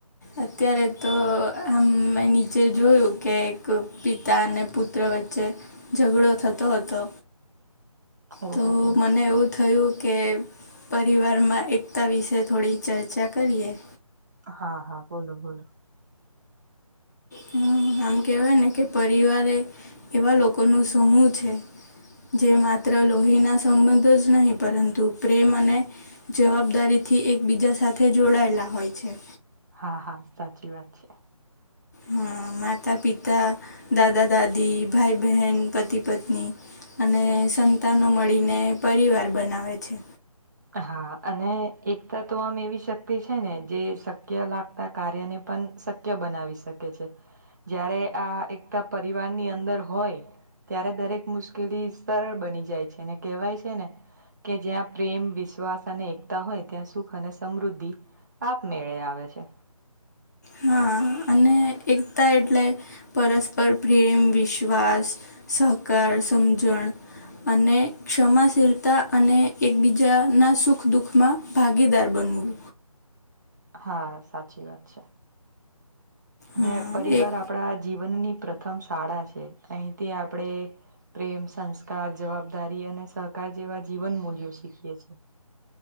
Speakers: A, on the left (about 30°); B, on the right (about 30°).
A: અત્યારે તો આમ મે નીચે જોયું કે એક પિતા ને પુત્ર વચ્ચે ઝઘડો થતો હતો.
B: ઓહો
A: તો
B: હો
A: મને એવું થયું કે પરિવારમાં એકતા વિશે થોડી ચર્ચા કરીએ.
B: હા હા બોલો બોલો
A: હમ આમ કેહેવાય ને કે પરિવારે એવા લોકો નો સમૂહ છે જે માત્ર લોહીના સંબંધો જ નહીં પરંતુ પ્રેમ અને જવાબદારીથી એકબીજા સાથે જોડાયેલા હોય છે.
B: હા હા સાચી વાત છે.
A: હા માતા-પિતા, દાદા-દાદી, ભાઈ-બહેન, પતિ-પત્ની, અને સંતાનો મળીને પરિવાર બનાવે છે.
B: હા અને એકતા તો આમ એવી શક્તિ છે ને જે અશક્ય લાગતા કાર્યને પણ શક્ય બનાવી શકે છે જયારે આ એકતા પરિવારની અંદર હોય ત્યારે દરેક મુશ્કેલી સરળ બની જાય છે ને કેહેવાય છે ને કે જ્યાં પ્રેમ વિશ્વાસ અને એકતા હોય ત્યાં સુખ અને સમૃદ્ધિ આપમેળે આવે છે.
A: હા અને એકતા એટલે પરસ્પર પ્રેમ, વિશ્વાસ, સહકાર, સમજણ અને ક્ષમાશીલતા અને એકબીજાના સુખ દુઃખમાં ભાગીદાર બનવું
B: હા સાચી વાત છે અને
A: હા
B: પરિવાર
A: એક
B: આપ આપણા જીવનની પ્રથમ શાળા છે અહીં તી આપડે પ્રેમ, સંસ્કાર, જવાબદારી અને સહકાર જેવા જીવન મૂલ્યો શીખીવે છીએ.